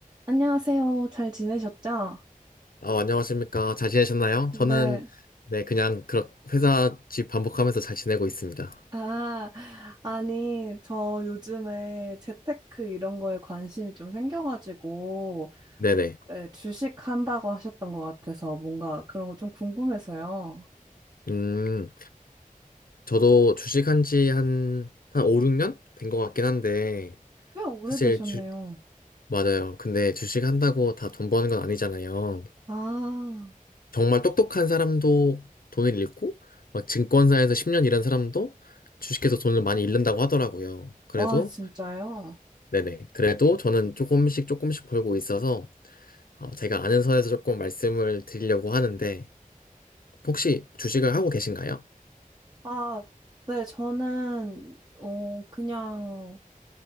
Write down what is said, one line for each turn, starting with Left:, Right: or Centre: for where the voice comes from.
Right: 안녕하세요. 잘 지내셨죠?
Left: 어, 안녕하십니까. 잘 지내셨나요?
Right: 네.
Left: 저는, 네, 그냥, 그렇, 회사 집 반복하면서 잘 지내고 있습니다.
Right: 아, 아니, 저 요즘에 재테크 이런 거에 관심이 좀 생겨가지고,
Left: 네네.
Right: 그때 주식 한다고 하셨던 것 같아서 뭔가 그런 거 좀 궁금해서요.
Left: 음, 저도 주식한 지 한, 한 5, 6년 된 것 같긴 한데,
Right: 꽤 오래되셨네요.
Left: 사실, 주, 맞아요. 근데 주식한다고 다 돈 버는 건 아니잖아요.
Right: 아,
Left: 정말 똑똑한 사람도 돈을 잃고, 막 증권사에서 10년 일한 사람도 주식해서 돈을 많이 잃는다고 하더라고요. 그래도
Right: 와, 진짜요?
Left: 네네. 그래도 저는 조금씩 조금씩 벌고 있어서 어, 제가 아는 선에서 조금 말씀을 드리려고 하는데 혹시 주식을 하고 계신가요?
Right: 아, 네, 저는, 어, 그냥